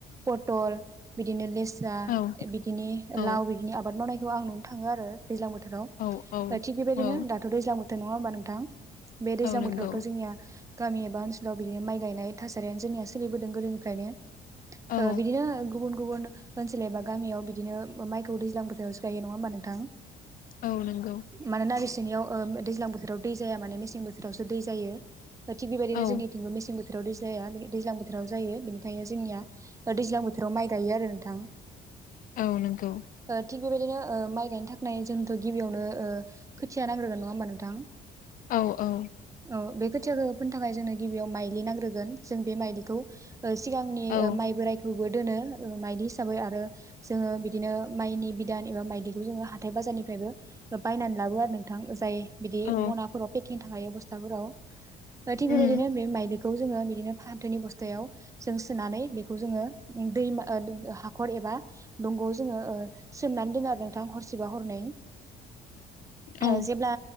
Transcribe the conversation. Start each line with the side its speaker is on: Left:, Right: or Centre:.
Right: पटल बिदिनो लेस जा
Left: औ
Right: ए बिदिनि
Left: औ
Right: लाव बिदिनि आबाद मावनायखौ आं नुनो थाङो आरो। दैज्लां बोथोराव
Left: औ औ
Right: ओ थिग बेबायदिनो
Left: औ
Right: दाथ' दैज्लां बोथोर नङा होमबा नोंथां? बे दैज्लां
Left: औ नंगौ
Right: बोथोरावथ' जोंनिया गामि एबा ओनसोलाव बिदिनो माइ गायनाय थासारियानो जोंनिया सोलिबोदों गोदोनिफ्रायनो।
Left: औ
Right: ओ बिदिनो गुबुन गुबुन ओनसोल एबा गामियाव बिदिनो माइखौ दैज्लां बोथोरावसो गायो नङा होमबा नोंथां?
Left: औ नंगौ
Right: माननोना बिसिनियाव ओ दै दैज्लां बोथोराव दै जाया माने मेसें बोथोरावसो दै जायो ओ थिग बेबादिनो
Left: औ
Right: जोंनिथिंग मेसें बोथोर बोथोराव दै जाया दैज्लां बोथोराव जायो बेनिखायनो जोंनिया दैज्लां बोथोराव माइ गायो आरो नोंथां।
Left: औ नंगौ।
Right: ओ थिग बेबायदिनो ओ माइ गायनो थाखाय जोंथ' गिबियावनो ओ खोथिया नांग्रोगोन नङा होमबा नोंथां
Left: औ औ
Right: औ बे खोथियाखौ फोनो थाखाय जोंनो गिबियाव माइलि नांग्रोगोन जों बे माइलिखौ सिगांनि
Left: औ
Right: ओ माइ बोरायखौबो दोनो ओ मायलि हिसाबै आरो जोङो बिदिनो माइनि बिदान एबा मायलि ज हाथाय बाजारनिफ्रायबो बायनानै लाबो आरो नोंथां जाय बिदि
Left: औ
Right: मनाफोराव <unintelligible> बसथाफोराव ओ थिग
Left: उम
Right: बेबायदिनो बे मायलि खौ जोङो बिदिनो फाथोनि बस्थायाव जों सोनानै बेखौ जोङो दैमा ओ हाखर ए एबा दंग आव जोङो ओ सोमनानै दोनो आरो। थां हरसेबा हरनै
Left: औ
Right: ओ जेब्ला